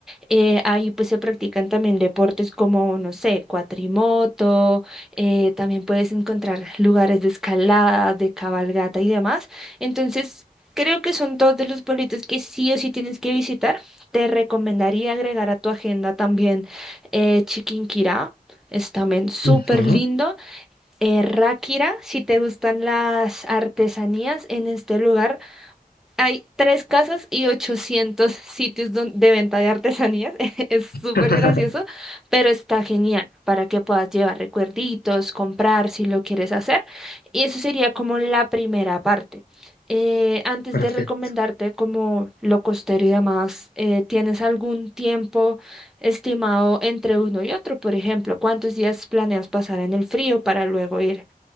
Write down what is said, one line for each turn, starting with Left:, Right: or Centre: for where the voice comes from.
Centre: Eh, ahí pues se practican también deportes como, no sé, cuatrimoto, eh, también puedes encontrar lugares de escalada, de cabalgata y demás. Entonces, creo que son dos de los pueblitos que sí o sí tienes que visitar. Te recomendaría agregar a tu agenda también eh, Chiquinquirá, es también súper
Left: Ujú.
Centre: lindo. Eh, Ráquira, si te gustan las artesanías en este lugar. Hay tres casas y 800 sitios don- de venta de artesanías. <laughs> Es súper
Left: <laughs>
Centre: gracioso, pero está genial para que puedas llevar recuerditos, comprar si lo quieres hacer. Y eso sería como la primera parte. Eh, antes
Left: Perfecto.
Centre: de recomendarte como lo costero y demás, eh, ¿tienes algún tiempo estimado entre uno y otro? Por ejemplo, ¿cuántos días planeas pasar en el frío para luego ir